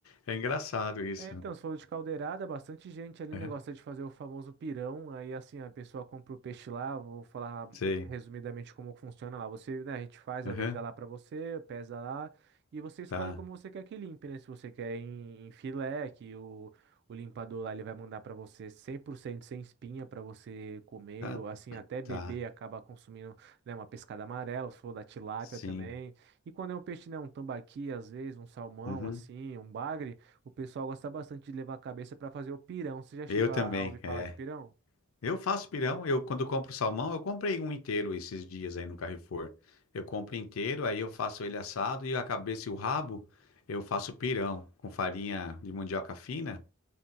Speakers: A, on the left (about 80°); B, on the right (about 55°).
A: É engraçado isso.
B: É, então, você falou de caldeirada, bastante gente ali,
A: Uhum.
B: né, gosta de fazer o famoso pirão. Aí, assim, a pessoa compra o peixe lá, vou falar
A: Sei.
B: resumidamente como funciona lá. Você, né, a gente faz
A: Uhum.
B: a venda lá para você, pesa lá, e você escolhe
A: Tá.
B: como você quer que limpe, né? Se você quer em, em filé, que o, o limpador lá ele vai mandar para você 100% sem espinha para você comer,
A: Tá.
B: ou assim, até beber,
A: Tá.
B: acaba consumindo, né, uma pescada amarela, se for da tilápia
A: Sim.
B: também. E quando é um peixe, né, um tambaqui, às vezes, um salmão,
A: Uhum.
B: assim, um bagre. O pessoal gosta bastante de levar a cabeça para fazer o pirão. Você já chegou
A: Eu também,
B: a, a ouvir falar
A: é.
B: de pirão?
A: Eu faço pirão, eu quando compro salmão, eu comprei um inteiro esses dias aí no Carrefour. Eu compro inteiro, aí eu faço ele assado e a cabeça e o rabo eu faço pirão com farinha de mandioca fina.